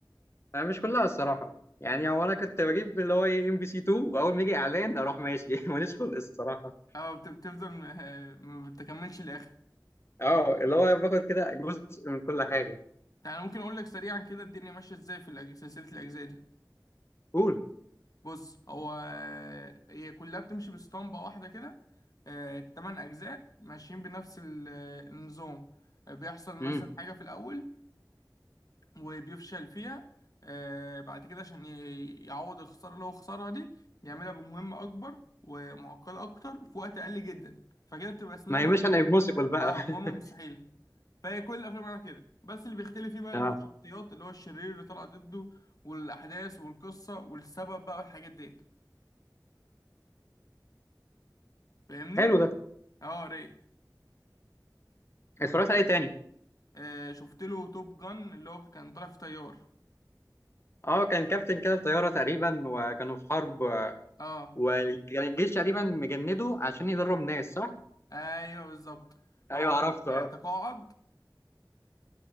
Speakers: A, on the left; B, on the left.
A: أنا مش كلها الصراحة يعني هو أنا كنت بجيب اللي هو إيه ام بي سي 2 وأول ما يجي إعلان أروح ماشي <laughs> ماليش خلق الصراحة
B: اه بت- بتفضل ما ما بتكملش الاخر
A: أه اللي هو باخد كده جزء من كل حاجة
B: يعني ممكن اقول لك سريعا كده الدنيا ماشيه ازاي في الأج- سلسله الاجزاء دي
A: قول
B: بص هو هي كلها بتمشي باسطمبه واحده كده آه، التمن اجزاء ماشيين بنفس ال- النظام آه، بيحصل مثلا
A: امم
B: حاجه في الاول وبيفشل فيها آه، بعد كده عشان ي- يعوض الخساره اللي هو خسرها دي يعملها بمهمه اكبر ومعقده اكتر في وقت اقل جدا فكده بتبقى اسمها
A: ما هي
B: ايه
A: مش أنا امبوسيبل بقى
B: اه
A: <laughs>
B: مهمه مستحيله فهي كل الافلام على كده بس اللي بيختلف فيه بقى الشخصيات
A: أه
B: اللي هو الشرير اللي طلع ضده والاحداث والقصه والسبب بقى والحاجات ديت فاهمني
A: حلو ده
B: اه رايق
A: اتفرجت عليه تاني
B: آه شفت له توب جن اللي هو كان طالع في طيار
A: أه كان كابتن كده الطيارة تقريبا وكانوا في حرب
B: اه
A: وكان الجيش تقريبا مجنده عشان يدرب ناس صح؟
B: ايوه بالظبط
A: أيوه
B: هو كان
A: عرفته
B: آه،
A: أه
B: تقاعد